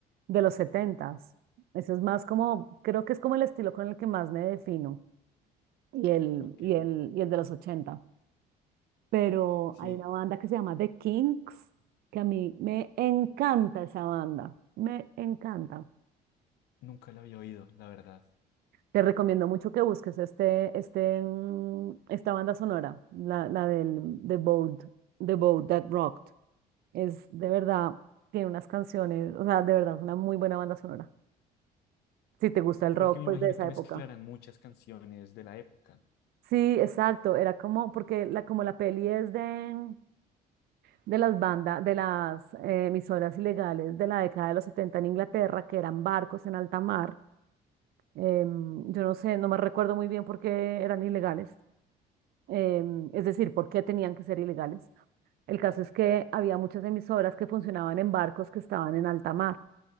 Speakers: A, on the right (about 65°); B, on the left (about 80°).
A: de los setentas. eso es más como, creo que es como el estilo con el que más me defino y el,
B: ok,
A: y el, y el de los ochenta. Pero
B: sí,
A: hay una banda que se llama The Kinks, que a mí me encanta esa banda, me encanta.
B: nunca lo había oído, la verdad,
A: Te recomiendo mucho que busques este, este, mm, esta banda sonora, la, la del The Boat, The Boat That Rocked. Es de verdad, tiene unas canciones, o sea, de verdad es una muy buena banda sonora. Si te gusta el rock,
B: porque me
A: pues
B: imagino
A: de esa
B: que mezclaran
A: época.
B: muchas canciones de la época,
A: Sí, exacto, era como, porque la, como la peli es de, de las bandas, de las eh, emisoras ilegales de la década de los 70 en Inglaterra, que eran barcos en alta mar. em, yo no sé, no me recuerdo muy bien por qué eran ilegales em, es decir, ¿por qué tenían que ser ilegales? El caso es que había muchas emisoras que funcionaban en barcos que estaban en alta mar.